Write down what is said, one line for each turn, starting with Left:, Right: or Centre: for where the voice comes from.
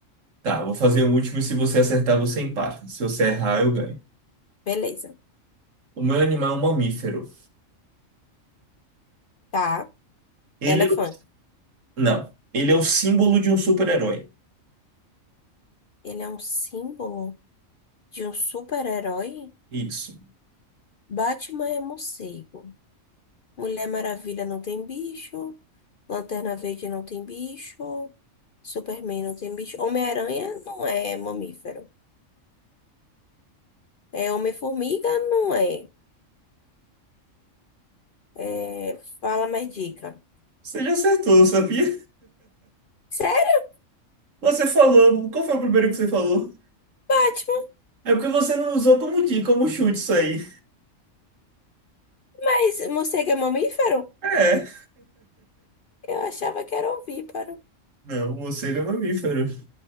Right: Tá, vou fazer o último e se você acertar, você empata. Se você errar, eu ganho.
Left: Beleza.
Right: O meu animal é um mamífero.
Left: Tá.
Right: Ele
Left: Elefante.
Right: é... o- Não. Ele é o símbolo de um super-herói.
Left: Ele é um símbolo de um super-herói?
Right: Isso.
Left: Batman é morcego. Mulher Maravilha não tem bicho. Lanterna Verde não tem bicho. Superman não tem bicho. Homem-Aranha não é mamífero. É Homem-Formiga não é. É, Fala mais dica.
Right: Você já acertou, sabia?
Left: Sério,
Right: Você falou. Qual foi o primeiro que você falou?
Left: Batman?
Right: É porque você não usou como dica, como chute isso aí.
Left: Mas morcego é mamífero?
Right: É.
Left: Eu achava que era ovíparo.
Right: Não, morcego é mamífero.